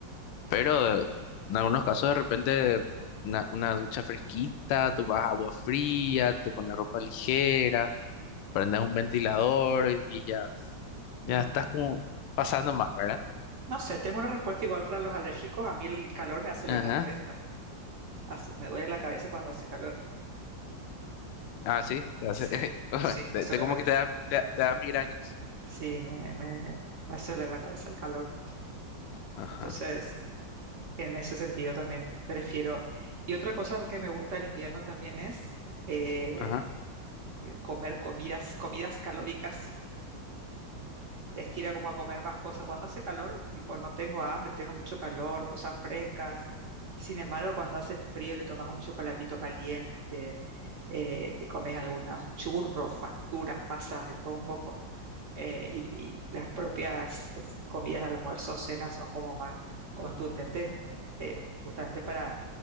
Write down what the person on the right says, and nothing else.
mm.
No sé, tengo una respuesta igual para los alérgicos. A mí el calor me hace doler
la cabeza. Hace- me duele la cabeza cuando hace calor.
Sí,
sí,
me suele
la cabeza.
Sí, me, me, me suele la cabeza el calor.
Entonces, en ese sentido también prefiero. Y otra cosa que me gusta del invierno también es eh,
comer comidas, comidas calóricas. Te estira como a comer más cosas. Cuando hace calor, tipo, no tengo hambre, tengo mucho calor, cosas frescas. Sin embargo, cuando hace frío, te tomas un chocolatito caliente, eh, te comes algunos churros, facturas, masas, de todo un poco. eh, y, y las propias es, comidas de almuerzo, cenas son como más contundentes, eh, justamente para,